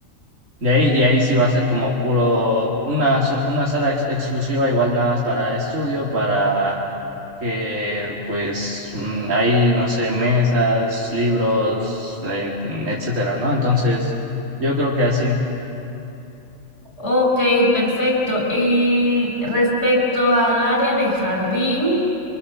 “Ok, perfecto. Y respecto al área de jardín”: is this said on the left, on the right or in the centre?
Left